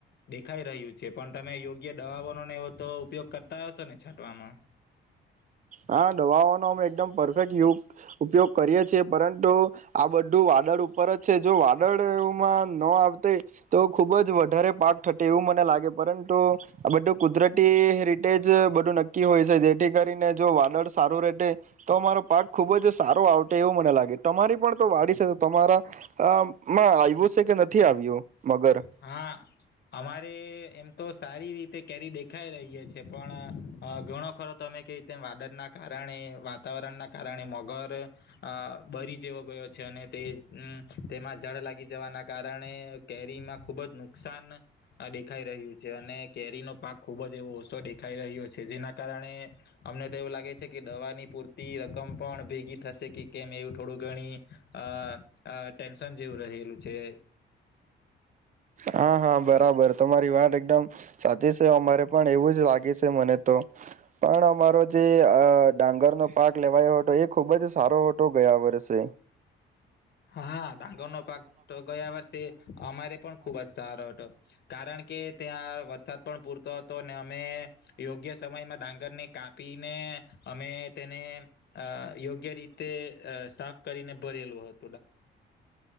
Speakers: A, on the left (about 55°); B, on the right (about 40°).
A: દેખાઈ રહ્યું છે પણ તમે યોગ્ય દવાઓનો નેવો તો ઉપયોગ કરતા હશો ને છાંટવામાં?
B: હા, દવાઓ નો અવે જ દમ પરફેક્ટ <unintelligible> ઉપયોગ કરીએ છીએ પરંતુ આ બધું વાદળ ઉપર જ છે જો વાદળમાં ન આવ તે તો ખુબ જ વધારે પાક થટે એવું મને લાગે પરંતુ આ બધું કુદરતી રી તેજ બધું નક્કી હોય છે જેથી કરીને જો વાદળ સારું રેટે તો અમારો પાક ખુબ જ સારો આવટે એવું મને લાગે. તમારી પણ તો વાડી છે તો તમારામાં અ માં આવ્યું છે કે નથી આવ્યું? મગર
A: હા, અમારે એમ તો સારી રી તે કેરી દેખાઈ રહીએ છે પણ અ ઘણો ખરો તમે કે તેમ વાદળ ના કાર કારણે વાતાવરણ ના કારણે મગર અ બરી જેવો ગયો છે અને તે તેમાં જળ લાગી જવાના કારણે તી માં ખુબ જ નુકસાન આ દેખાઈ રહ્યું છે અને કેરીનો પાક ખુબ જ એવો ઓછો દેખાઈ રહ્યો છે, જેના કારણે અમને તો એવું લાગે છે કે દવાની પૂરતી રકમ પણ ભેગી થશે કે કેમ એવું થોડું ઘણી અહ-અહ ટેન્શન જેવું રહેલું છે.
B: હા, હા બરાબર તમારી વાત એકદમ સાચી સે. અમારે પણ એવું જ લાગે છે મને તો, પણ અમારો જે અહ ડાંગરનો પાક લેવાયો હતો એ ખુબ જ સારો હતો ગયા વર્ષે.
A: હા, ડાંગરનો પાક તો ગયા વરસે અમારે પણ ખૂબ જ સારો હતો, કારણ કે ત્યાં વરસાદ પણ પૂરતો હતો ને અમે યોગ્ય સમયમાં ડાંગરને કાપીને અમે તેને અહ યોગ્ય રીતે અહ સાફ કરીને ભરેલું હત.